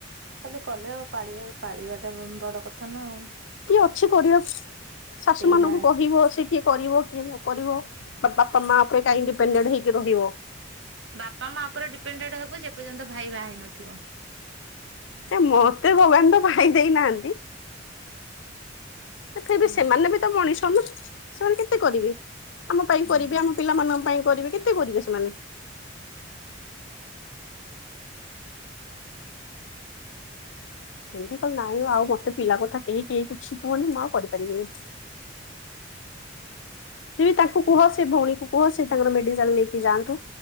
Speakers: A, on the right (about 80°); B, on the left (about 80°).
A: ଖାଲି କଲେ ଆଉ ପାଳି ପାଳିବାଟା ବଡ କଥା ନା ଆଉ!
B: କିଏ ଅଛି କରିବାକୁ ଶାଶୁ
A: କେହି
B: ମାନଙ୍କୁ
A: ନାହାନ୍ତି।
B: କହିବ ସେ କିଏ କରିବ କିଏ ନ କରିବ ବା ବାପା ମା ଉପରେ କାଇଁ ଡିପେଣ୍ଡେଣ୍ଟ ହେଇକି ରହିବ।
A: ବାପା ମା ଉପରେ ଡିପେଣ୍ଡ ହବ ଯେ ପର୍ଯ୍ୟନ୍ତ ଭାଇ ବା ହେଇ ନଥି ଡାଉନଲୋଡ଼ ନ
B: ମତେ ଭଗବାନ ତ ଭାଇ ଦେଇ ନାହାନ୍ତି। ତଥାପି
A: ହଁ
B: ସେମାନେ ବି ତ ମଣିଷ ନା ସେମାନେ କେତେ କରିବେ! ଆମ ପାଇଁ
A: ହୁଁ।
B: କରିବେ ଆମ ପିଲାମାନଙ୍କ ପାଇଁ କରିବେ କେତେ କରିବେ ସେମାନେ? ଏମିତି କହିଲି ନାଇଁ ଆଉ ମୋତେ ପିଲା କଥା କେହି କେହି କିଛି କୁହନି ମୁ ଆଉ କରିପାରିବିନି! ତାଙ୍କୁ କୁହ ସେ ଭଉଣୀଙ୍କୁ କୁହ ସେ ତାଙ୍କର ମେଡିକାଲ ନେଇକି ଯାଆନ୍ତୁ।